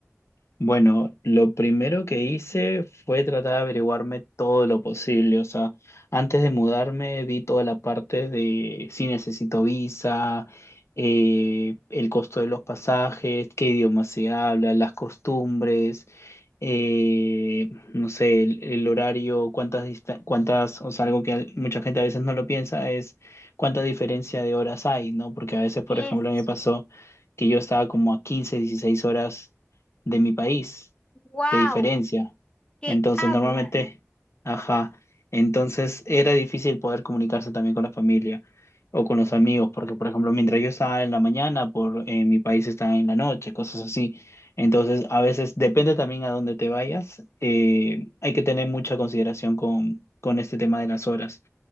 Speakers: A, on the left; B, on the left.
A: Bueno, lo primero que hice fue tratar de averiguarme todo lo posible. O sea, antes de mudarme vi toda la parte de si necesito visa, eh, el costo de los pasajes, qué idioma se habla, las costumbres, eh, no sé, el, el horario, cuántas, dista- cuántas, o sea, algo que al- mucha gente a veces no lo piensa es cuánta diferencia de horas hay, ¿no? Porque a veces, por
B: Eso.
A: ejemplo, me pasó que yo estaba como a 15 16 horas de mi país,
B: Wow,
A: de diferencia.
B: ¿qué
A: Entonces,
B: habla?
A: normalmente, ajá, entonces era difícil poder comunicarse también con la familia o con los amigos, porque, por ejemplo, mientras yo estaba en la mañana, por eh, mi país estaba en la noche, cosas así. Entonces, a veces depende también a dónde te vayas, eh, hay que tener mucha consideración con, con este tema de las horas.